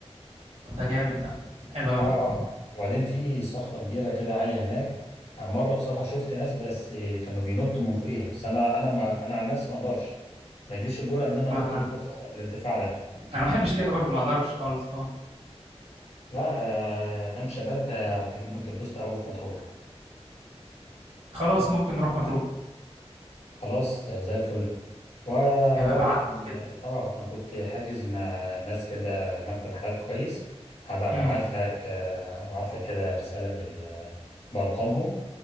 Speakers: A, on the right; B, on the left.
A: طب ده جامد ده حلو قوي
B: اه اه وبعدين في صخرة كبيرة كده عالية هناك آه، مرة بصراحة شفت ناس بس آه، كانوا بينطوا من فوقيها بس انا انا ما انا عن نفسي ما اقدرش ما يجيش الجرأة ان انا
A: ما
B: انط
A: لا،
B: من
A: انا
B: فوق الصخرة بالارتفاع ده
A: انا ما بحبش كده برضه ما اقدرش خالص اه
B: لا آه، ده مش شباب آه، ممكن تتبسطوا قوي في مطروح
A: خلاص ممكن نروح مطروح
B: خلاص زي الفل وانا
A: يبقى
B: برضو
A: ابعت
B: كان
A: لي كده
B: اه انا كنت حاجز مع ناس كده مكتب حالات كويس هبقى ابعت
A: امم
B: لك آه، ابعت لك كده رسالة بال بارقامهم